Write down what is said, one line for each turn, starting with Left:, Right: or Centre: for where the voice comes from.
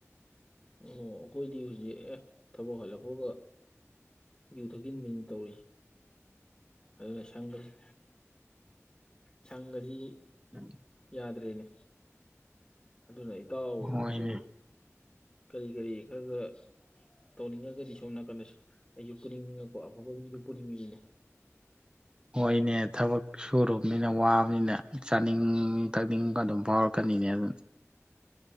Left: ꯑꯣ ꯑꯩꯈꯣꯏꯗꯤ ꯍꯧꯖꯤꯛ ꯑꯦ ꯊꯕꯛ ꯍꯜꯂꯛꯄꯒ ꯌꯨ ꯊꯛꯆꯤꯟꯕꯅꯤ ꯇꯧꯔꯤꯁꯦ ꯑꯗꯨꯅ ꯁꯪꯒꯁꯤ ꯁꯪꯒꯖꯤ
Right: ꯎꯝ
Left: ꯌꯥꯗ꯭ꯔꯦꯅꯦ꯫ ꯑꯗꯨꯅ ꯏꯇꯥꯎ
Right: ꯍꯣꯏꯅꯦ
Left: ꯁꯨ ꯀꯔꯤ ꯀꯔꯤ ꯈꯔ ꯈꯔ ꯇꯧꯅꯤꯡꯉꯒꯗꯤ ꯁꯣꯝꯅꯥꯀꯟꯗ ꯑꯩꯖꯨ ꯄꯨꯅꯤꯡꯉꯛꯄ ꯑꯐꯕ ꯃꯤꯗꯨ ꯄꯨꯅꯤꯡꯉꯤꯅꯤꯅꯦ꯫
Right: ꯍꯣꯏꯅꯦ ꯊꯕꯛ ꯁꯨꯔꯨꯕꯅꯤꯅ ꯋꯥꯕꯅꯤꯅ ꯆꯥꯅꯤꯡ ꯊꯛꯅꯤꯡꯕ ꯑꯗꯨꯝ ꯐꯥꯎꯔꯛꯀꯅꯤꯅꯦ ꯑꯗꯨꯅ